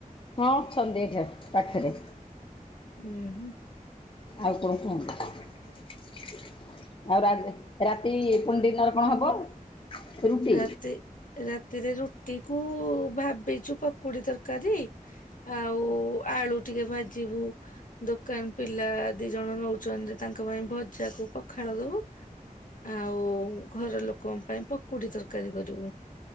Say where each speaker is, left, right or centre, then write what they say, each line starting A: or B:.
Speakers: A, on the left; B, on the left.
A: ହଁ ଅଛନ୍ତି ଏଇଠା ପାଖରେ।
B: ଉଁ ହୁଁ!
A: ଆଉ କଣ କୁହନ୍ତୁ ଆଉ ରା ତି ପୁଡି ତା ର କଣ ହବ? <unintelligible> ରୁଟି
B: ରାତି ରାତିରେ ରୁଟି କୁ ଭାବିଛୁ ପକୁଡି ତରକାରୀ ଆଉ ଆଳୁ ଟିକେ ଭାଜିବୁ! ଦୋକାନ ପିଲା ଦି ଜଣ ନଉଛନ୍ତି ତାଙ୍କ ପାଇଁ ଭଜାକୁ ପଖାଳ ଦବୁ! ଆଉ ଘର ଲୋକଙ୍କ ପାଇଁ ପକୁଡି ତରକାରୀ କରିବୁ!